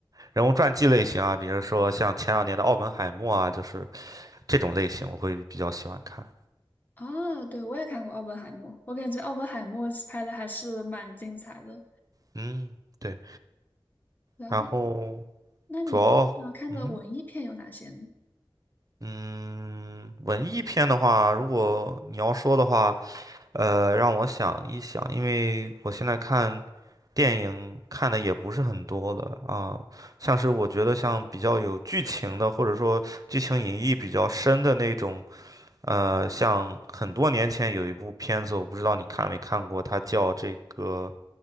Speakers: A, on the right (about 40°); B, on the left (about 20°).
A: 人物传记类型啊，比如说像前两年的《奥本海默》啊，就是这种类型，我会比较喜欢看。
B: 哦，对，我也看过《奥本海默》，我感觉《奥本海默》拍的还是蛮精彩的。
A: 嗯，对。
B: 然后，
A: 然后
B: 那你常看的文艺片有哪些呢？
A: 主要，嗯哼嗯，文艺片的话，如果你要说的话，呃，让我想一想，因为我现在看。电影看的也不是很多了啊，像是我觉得像比较有剧情的，或者说剧情隐喻比较深的那种，呃，像很多年前有一部片子，我不知道你看没看过，它叫这个